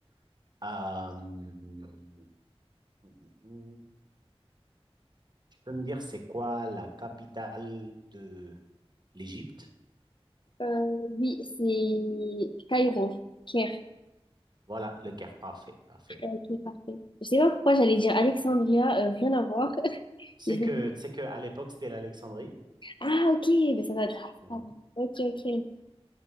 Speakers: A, on the right (about 45°); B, on the left (about 50°).
A: Euh, hmm, hmm, hmm, hmm. Tu peux me dire c'est quoi la capitale de l'Égypte?
B: Euh, oui, c'est Cairo, Caire.
A: Voilà, le Caire, parfait, parfait.
B: Ok, parfait. Je sais pas pourquoi j'allais dire Alexandria, euh, rien à voir. <laughs>
A: Tu
B: J'ai
A: sais
B: dit-
A: que, tu sais que à l'époque c'était l'Alexandrie.
B: Ah, ok, mais ça va être.
A: Mhm.
B: Ok, ok.